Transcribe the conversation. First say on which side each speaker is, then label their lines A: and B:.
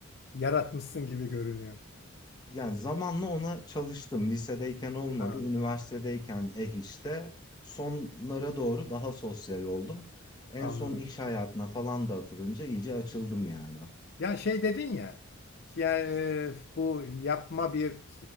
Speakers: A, on the left; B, on the left.
A: yaratmışsın gibi görünüyor.
B: Yani zamanla ona çalıştım. Lisedeyken olmadı.
A: Tamam,
B: Üniversitedeyken eh işte. Sonlara doğru daha sosyal oldum. En
A: anladım.
B: son iş hayatına falan da atılınca iyice açıldım yani.
A: Ya şey dedin ya, yani e, bu yapma bir